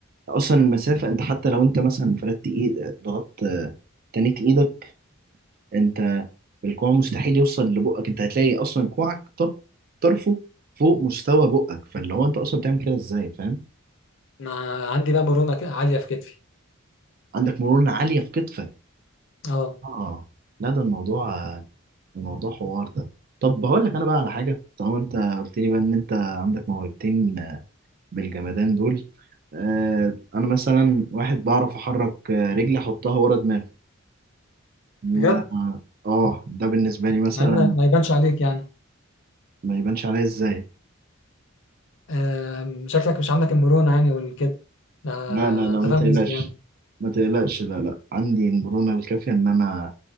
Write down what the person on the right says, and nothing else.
اصلا المسافة انت حتى لو انت مثلا فردت ايد ضغطت آه، تنيت ايدك انت الكوع مستحيل يوصل لبقك انت هتلاقي اصلا كوعك طر- طرفه فوق مستوى بقك فاللي هو انت اصلا بتعمل كده ازاي فاهم
عندك مرونة عالية في كتفك
اه لا ده الموضوع الموضوع حوار ده طب هقول لك انا بقى على حاجه طالما انت قلت لي بقى ان انت عندك موهبتين بالجمدان دول آه انا مثلا واحد بعرف احرك آه، رجلي احطها ورا دماغي اه
آه، ده بالنسبه لي مثلا
ما يبانش عليا ازاي
لا لا لا
ما
تقلقش
ما تقلقش لا لا عندي المرونه الكافيه ان انا